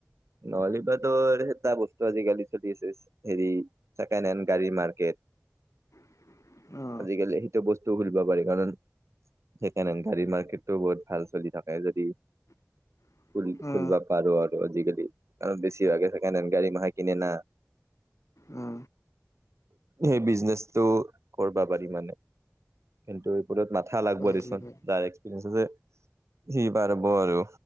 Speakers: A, on the right; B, on the left.
A: নহলীৰ পাৰা টো ঋঋৎএটা বস্তু আজিকালি চলি আছে, হেৰি, ছেকেণ্ড হেণ্ড গাড়ী মাৰ্কেট।
B: <unintelligible> অ
A: আজি-কালি সেইটো বস্তু উৰ বাবাৰে গাণ, ছেকেণ্ডহেন্দ গাড়ীৰ মাৰ্কেটটো বহুত ভাল চলি থাকে যদি
B: <unintelligible>
A: ঘূৰি
B: অ
A: ফুৰিব পাৰ আৰু অঁ, আজিকালি আ--বেছিভাগে ছেকেণ্ডহেন্দ গাড়ী মাহে কিনে না।
B: অ
A: সেই বিজনেচটো কৰ্‌বা পাৰি মানে। কিন্তু এইবোৰত মাথা লাগ্‌ব
B: পাৰি
A: দেচোন,
B: পাৰি।
A: যাৰ এক্সপিৰিয়েঞ্চ আছে। সি পাৰব আৰু